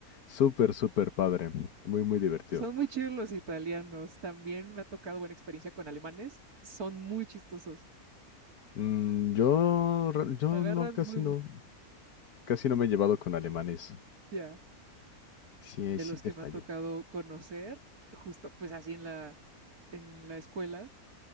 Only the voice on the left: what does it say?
Súper, súper padre. Muy, muy divertido.
Mm, yo, re- yo
no, casi
no,
casi no me he llevado con alemanes.
Sí, ahí
sí
te
falló.